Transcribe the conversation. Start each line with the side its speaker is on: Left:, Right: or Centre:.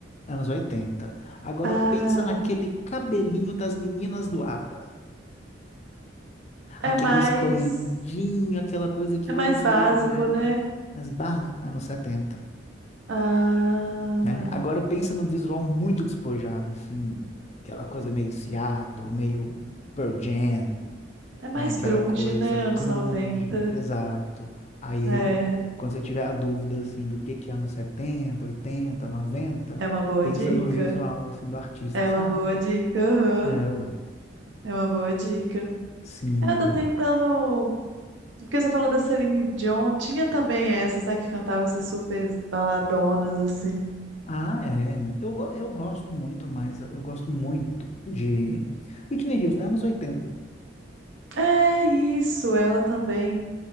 Left: Anos 80. Agora
Right: Ah.
Left: pensa naquele cabelinho das meninas do ABBA. Aquele
Right: É mais,
Left: escorridinho, aquela coisa que
Right: é
Left: hoje
Right: mais
Left: seria
Right: básico,
Left: brega.
Right: né?
Left: Mas barro, anos setenta.
Right: Ah,
Left: né? Agora pensa num visual muito despojado, assim, aquela coisa meio Seattle, meio Pearl Jam,
Right: é mais
Left: né? Aquela
Right: grunge,
Left: coisa
Right: né?
Left: grunge,
Right: Anos 90.
Left: exato. Aí,
Right: É,
Left: aí, quando você tiver a dúvida, assim, do que que é anos setenta oitenta noventa
Right: é uma boa
Left: pensa
Right: dica.
Left: no visual, assim, do artista,
Right: É
Left: sabe?
Right: uma boa dica, aham.
Left: É, eu
Right: É uma boa dica.
Left: sim.
Right: Eu tô tentando. Porque você falou da Celine Dion, tinha também essas, né, que cantava essas super baladonas, assim.
Left: Ah, é. Eu, go- eu gosto muito, mas eu gosto muito de Whitney Houston, anos oitenta
Right: É isso, ela também